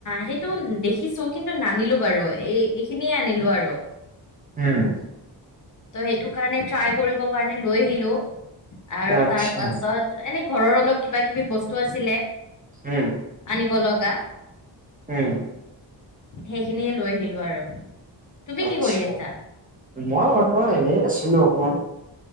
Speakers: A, on the left; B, on the right.
A: সেইটো দেখিছো কিন্তু নানিলো বাৰু। এই এইখিনিয়ে আনিলো আৰু।
B: উম।
A: ত' সেইটো কাৰণে ট্ৰাই কৰিব কাৰণে লৈ আহিলো আৰু
B: আচ্ছা,
A: তাৰ পাছত এনে ঘৰৰ অলপ কিবা কিবি বস্তু আছিলে
B: উম,
A: আনিব লগা।
B: উম
A: সেইখিনিয়ে লৈ আহিলো আৰু তুমি
B: আটচা,
A: কি কৰি আছা
B: মই বৰ্তমান এনে আছিলো অকমান